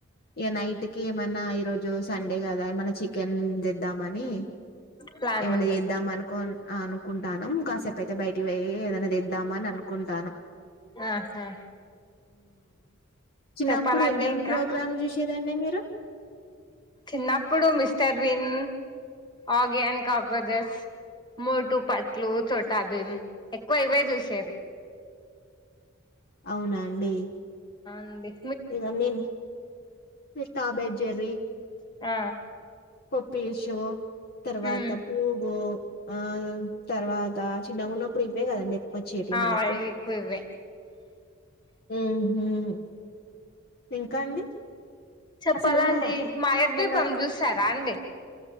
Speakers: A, on the left; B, on the left.
A: ఏ నైట్కి మన్నా ఈ రోజు సండే కదా ఏమైన్నా చికెన్ తెద్దామని
B: ప్లానింగ్
A: ఏమై చేద్దాం
B: ఉంటది
A: అనుకో అనుకుంటాను కాసేపు అయితే బయటికి పోయి ఏదైనాదిద్దామని అనుకు అనుకుంటాను
B: ఆహా
A: చిన్నప్పుడు
B: చెప్పాలండి
A: ఏమేం
B: ఇంకా
A: ప్రోగ్రామ్ చూసేదండి మీరు
B: చిన్నప్పుడు మిస్టర్ బిన్ ఆగియాన్ కాక్రోచెస్ మోటు పట్లు చోటాబిమ్ ఎక్కువ ఇవే చూసేది
A: అవునండి
B: అడి
A: ఇద మీన్ పితాబజరీ
B: ఆ
A: ఇప్ప పేషవ తర్వాత
B: ఉమ్
A: పూగు ఆ తర్వాత తాజ్ చిన్నగా ఉన్నప్పుడు ఇవే కదండి కోచ్చేటివ్
B: ఆ
A: మనకు
B: ఎక్కువ ఇవే
A: ఉహ్ హ్మ్ ఇంకా అండి
B: చెప్పాలండి
A: అసలు
B: మా య్యబ్బి
A: మొన్న
B: పన్ చూస్తారా అండి